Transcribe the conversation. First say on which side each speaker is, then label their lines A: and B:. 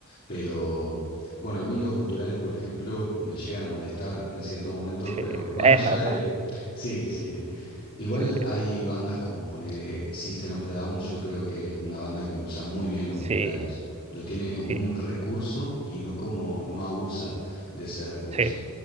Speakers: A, on the left (about 45°); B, on the right (about 30°).
A: Pero bueno, a mí los guturales, por ejemplo, me llegan a molestar en cierto momento,
B: sí,
A: pero más
B: es
A: allá
B: normal.
A: de... Sí, sí, sí. Igual
B: Sí,
A: hay bandas como poner System of a Down, yo creo que es una banda que usa muy bien los
B: sí,
A: guturales. Lo tiene como
B: sí,
A: un recurso y no como, no abusa de ese recurso.
B: sí.